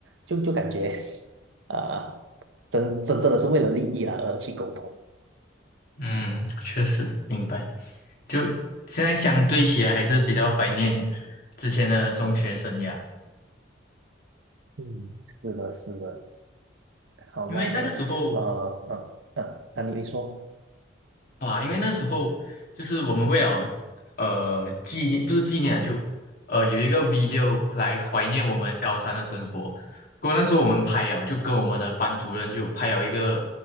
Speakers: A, on the right; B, on the left.
A: 就就感觉，呃，真真正的是为了利益啦而去沟通。
B: 嗯，确实明白。就现在相对起来，还是比较怀念之前的中学生涯，
A: 嗯，是的，是的。好啦，
B: 因为那个时候
A: 那呃呃呃，那你你说，
B: 啊，因为那时候就是我们为了呃纪念，不是纪念啊，就呃有一个 video 来怀念我们高三的生活。不过那时候我们拍啊，就跟我们的班主任就拍了一个